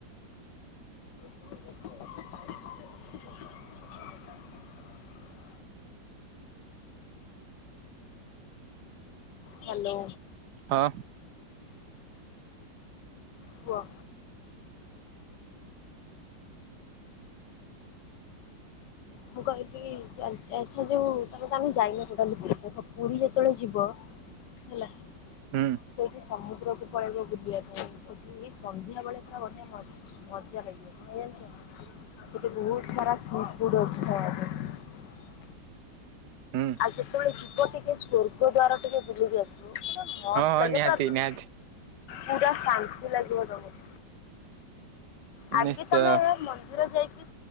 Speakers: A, on the left (about 70°); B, on the right (about 65°).
A: <inaudible> ହାଲୋ।
B: ହଁ
A: କୁହ। ମୁଁ କହିଲି ଏସା ଯୋଉ ତାପ ତ ଆମେ ଯାଇନ ଟୋଟାଲି, ପୁରୀ ଦେଖ ପୁରୀ ଯେତେବେଳେ ଯିବ ହେଲା
B: ହୁଁ
A: ସେଇଠି ସମୁ ଦ୍ର କୂଳକୁ ପଳାଇବ ବୁଲିବା ପାଇଁ ସେଠି ସନ୍ଧ୍ୟାବେଳେ ପୁରା ବଢ଼ିଆ ମଜା ଲାଗିବ କଣ ଜାଣିଚ ନା ସେଇଠି ବହୁତ ସାରା ସିଫୁଡ୍ ଅଛି। <inaudible>
B: ହୁଁ
A: ଆଉ ଯେତେବେଳେ ଯିବ ଟିକେ ସର୍ଗ ଦ୍ଵାର ଟିକେ ବୁଲିକି ଆସିବ। ପୁରା ମସ୍ତ
B: ହଁ ହଁ
A: ଲାଗେ।
B: ନିହାତି
A: ପୁ
B: ନିହାତି।
A: ପୁରା ଶାନ୍ତି ଲାଗିବ ତମକୁ। ଆଗେ
B: ନିଶ୍ଚୟ
A: ତମେ ମନ୍ଦିର ଯାଇକି